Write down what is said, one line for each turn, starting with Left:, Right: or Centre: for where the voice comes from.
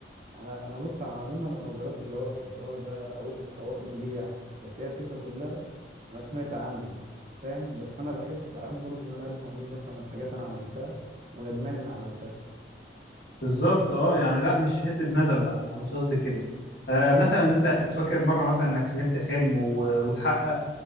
Right: انا انا بص على عموما انا ما جربتش ادور في الحوار ده او او اؤمن بيه يعني بس هي الفكره كلها انا سمعت عنه فاهم بس انا بحس ساعات برضو ان انا قلبي موجود مثلا من حاجات انا عملتها وندمان اني عملتها
Left: بالظبط اه يعني لا مش حته ندم لا انا مش قصدي كده آه مثلا انت فاكر مره مثلا انك حلمت حلم و- واتحقق